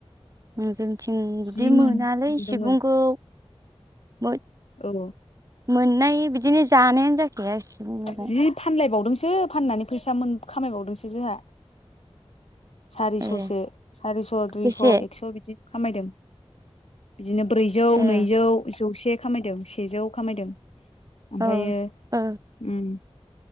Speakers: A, on the right; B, on the left.
A: उम जोंनिथिं बिदि
B: जि मोन
A: मोनालै
B: मोनदोंमोन
A: सिबुंखौ। बै
B: औ
A: मोननाय बिदिनो जानायानो जाखाया सिबुं मैगं।
B: जि फानलायबावदोंसो फाननानै फैसा मोन खामायबावदोंसो जोंहा। सारिस'सो
A: ए
B: सारिस' दुइस'
A: बेसे
B: एक्स' बिदि खामायदों। बिदिनो ब्रैजौ
A: ए
B: नैजौ जौसे खामायदों सेजौ खामायदों। ओमफ्रायो
A: औ ओ
B: उम